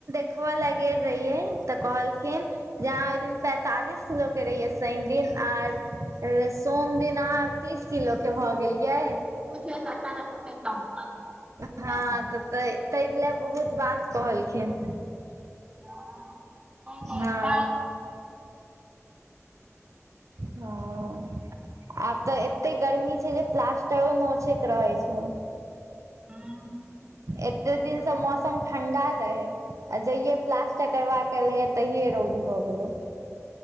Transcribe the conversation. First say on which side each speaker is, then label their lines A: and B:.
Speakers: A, on the right (about 70°); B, on the right (about 20°).
A: देखब लगेल रहियै तऽ कहलखिन जे यहाँ ओहि दिन पैंतालिस किलो कऽ रहिये शनि दिन आर सोम दिन अहाँ तीस किलो कऽ भए गेलिये
B: बूझ तऽ अचानक <unintelligible> बहुते
A: हँ
B: कम
A: तऽ त ताहि लऽ बहुत बात कहलखिन
B: हँ नहि नहि
A: हँ
B: खायल
A: हँ आब तऽ एते गर्मी छै जे प्लासटरो नोचेत रहै छै
B: <unintelligible>
A: एते दिनसँ मौसम ठण्डा रहै आ जहिये प्लास्टर करबाका एलिए तहिये रौद भऽ गेलो